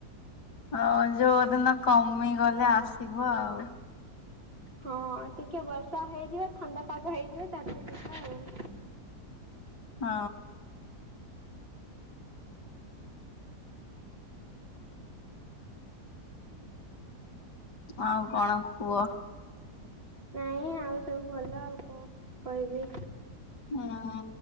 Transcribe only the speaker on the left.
ହଁ ଯୋଉଦିନ କମିଗଲେ ଆସିବ ଆଉ।
ହଁ। ଆଉ କଣ କୁହ?
ହଁ।